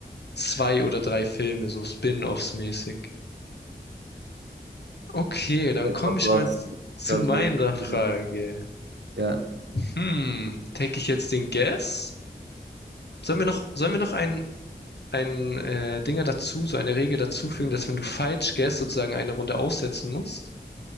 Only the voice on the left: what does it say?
zwei oder drei Filme, so Spin-offs mäßig. Okay, dann
komme
ich
mal
z-
zu
meiner
Frage.
Hm, take ich jetzt den Guess? Sollen wir noch, sollen wir noch ein, ein äh, Dinger dazu, so eine Regel dazufügen, dass wenn du falsch guess, sozusagen eine Runde aussetzen musst?